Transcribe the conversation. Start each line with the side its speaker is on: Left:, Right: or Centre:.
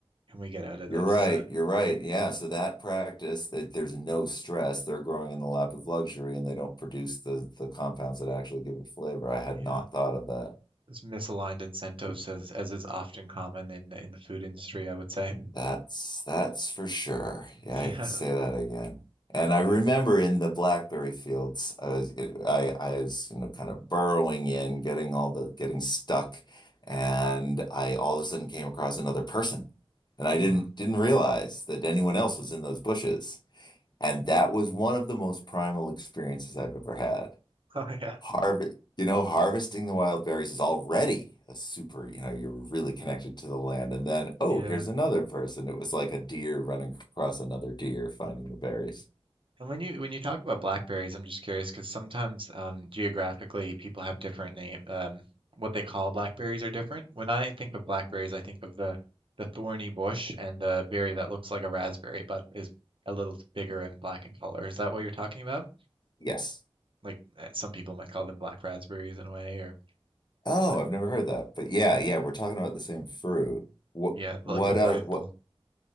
Right: can we get out of
Left: You're
Right: this
Left: right.
Right: uh,
Left: You're right. Yeah. So that practice that there's no stress, they're growing in the lap of luxury and they don't produce the the compounds that actually give it flavor. I had
Right: yeah.
Left: not thought of that.
Right: This misaligned incentives as as is often common in in the food industry, I would say.
Left: That's that's for sure.
Right: <laughs>
Left: Yeah, I
Right: Yeah.
Left: could say that again. And I
Right: Yeah.
Left: remember in the blackberry fields, I was I I was, you know, kind of burrowing in, getting all the getting stuck, and I all of a sudden came across another person. And I
Right: Mm.
Left: didn't didn't realize that anyone
Right: Hmm.
Left: else
Right: <laughs>
Left: was in those bushes. And that was one of the most primal experiences I've ever had.
Right: Oh yeah,
Left: Harvest, you know, harvesting the wild berries is already a super, you know, you're really connected to the land. And then, oh,
Right: yeah.
Left: here's another person. It was like a deer running across another deer finding the berries.
Right: And when you when you talk about blackberries, I'm just curious because sometimes um, geographically people have different name. Um, what they call blackberries are different. When I think of blackberries, I think of the the thorny bush and the berry that looks like a raspberry but is a little bigger and black in color. Is that what you're talking about?
Left: Yes.
Right: Like eh, some people might call them black raspberries in a way, or
Left: Oh,
Right: but
Left: I've never heard that. But yeah, yeah, we're talking about the same fruit. What,
Right: yeah,
Left: what,
Right: like the bramble.
Left: uh, what,